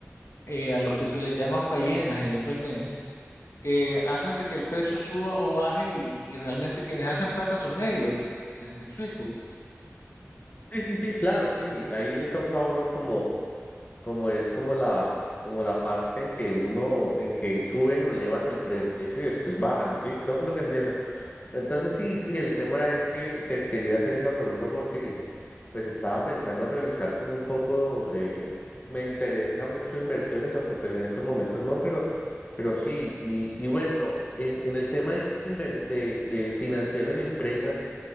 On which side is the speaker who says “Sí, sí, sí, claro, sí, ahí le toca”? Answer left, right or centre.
Left